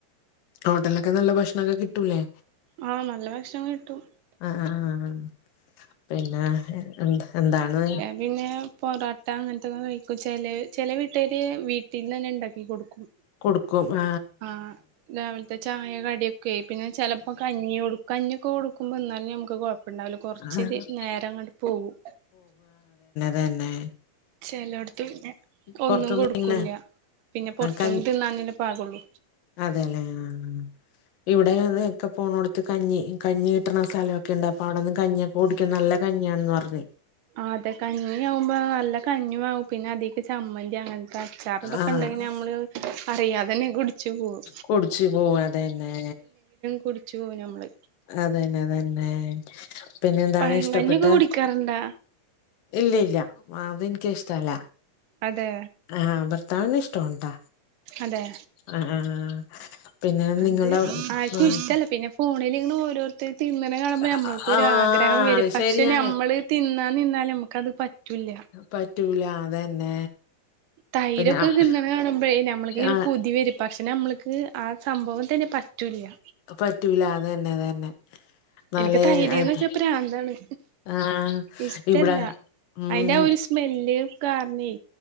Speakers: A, on the left; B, on the right.
A: ഹോട്ടലിലൊക്കെ നല്ല ഭക്ഷണൊക്കെ കിട്ടൂലേ
B: ആഹ് നല്ല ഭക്ഷണം കിട്ടും
A: ആഹ് ആഹ് ആഹ് ആഹ് പിന്നെ എ എന്ത എന്താണ്
B: പിന്നെപൊറാട്ടഅങ്ങനത്തെൊക്കെ കഴിക്കുംചെലചെല വീട്ടേര് വീട്ടിന്നന്നെഇണ്ടാക്കി കൊടുക്കും
A: കൊടുക്കും എ
B: ആ രാവിലത്തെ ചായ കടി ഒക്കെ പിന്നെ ചെലപ്പോ കഞ്ഞി കൊടു കഞ്ഞി കൊടുക്കുമ്പോ ഇന്നാലും ഞമ്മക്ക് കൊഴപ്പ ഇണ്ടാവില്ല കൊറച്ചിതി
A: ആഹ്
B: നേരം അങ്ങോട്ട് പോവും.
A: തന്നെ
B: ചെലോടത്ത് പിന്നെ
A: പൊറത്തൊന്നും
B: ഒന്നും കൊടുക്കൂല്ല്യ
A: ഇങ്ങനെ
B: പിന്നെ പൊറത്ത്ന്ന്
A: കഞ്
B: തിന്നാനല്ലേ പാകള്ളൂ
A: അതെല്ലെ ആഹ് ആഹ് ഇവിടെ അതെ ഒക്കെ പോണോടത്ത് കഞ്ഞി കഞ്ഞി കിട്ടണ സ്ഥലൊക്കെ ഉണ്ട് അപ്പൊ അവിടെന്ന് കഞ്ഞിയൊക്കെ കുടിക്കും നല്ല കഞ്ഞിയാണന്ന് പറഞ്ഞ്
B: ആ അതെ കഞ്ഞി ആവുമ്പോ നല്ല കഞ്ഞി ആവും പിന്നെ അതിക്ക് ചമ്മന്തി അങ്ങനത്തെ അച്ചാറും തൊ
A: ആഹ്
B: ഉണ്ടെങ്കിൽ നമ്മള് അറിയാതന്നെ കുടിച്ച് പോവും
A: കുടിച്ച് പോവാഅതേനെ
B: കുടിച്ച് പോവും ഞമ്മള്
A: അതന്നെ അതന്നെ പിന്നെ എന്താണ്
B: പഴങ്കഞ്ഞിയൊക്കെ
A: ഇഷ്ടപ്പെട്ട
B: കുടിക്കാറുണ്ടാ
A: ഇല്ല്യ ഇല്ല്യ അതനിക്ക് ഇഷ്ട അല്ല
B: അതെ
A: ആഹ് ആഹ് ഭർത്താവിന് ഇഷ്ടാ ണ് ട്ടോ
B: അതെ
A: ആ ആ ആ പിന്നെ നിങ്ങളുടെ
B: അത്
A: അവിടെ
B: ആർക്കും
A: ആ
B: ഇഷ്ടല്ല പിന്നെ ഫോണിലിങ്ങനെ ഓരോരുത്തര് തിന്നണെ കാണുമ്പോൾ
A: ആഹ്
B: നമ്മൾക്കൊര്
A: ആഹ്
B: ആഗ്രഹം വരും
A: അത്
B: പക്ഷെ
A: ശരിയാണ്
B: നമ്മള് തിന്നാ നിന്നാല് നമ്മക്കത് പറ്റൂല്ല്യ
A: പറ്റൂല അതന്നെ
B: തൈരൊക്കെ
A: പിന്നെ ആഹ്
B: തിന്നണെ കാണുമ്പഴേ ഞമ്മൾക്കിങ്ങനെ
A: ആഹ്
B: കൊതി വരും പക്ഷെ ഞമ്മള്ക്ക് ആ സംഭവം തന്നെ പറ്റുംല്ല്യ
A: പറ്റൂല അതന്നെ അതന്നെ നല്ല
B: ഇൻക്ക് തൈര്ന്ന്
A: അത്
B: വെച്ചാ പ്രാന്താണ്
A: ആഹ്
B: ഇഷ്ടല്ല
A: ഇവിടെ ഉം
B: അയ്ന്റെ ആ ഒരു സ്മെല്ല് കാരണെ